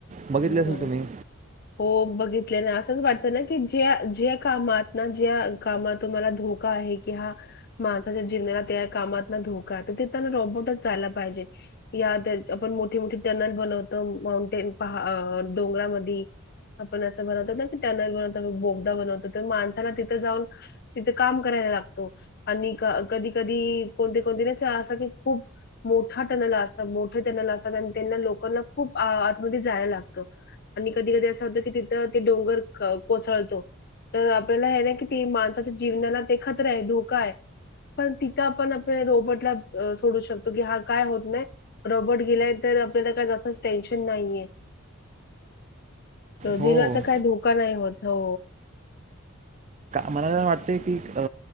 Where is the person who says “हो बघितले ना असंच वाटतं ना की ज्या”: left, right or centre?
Left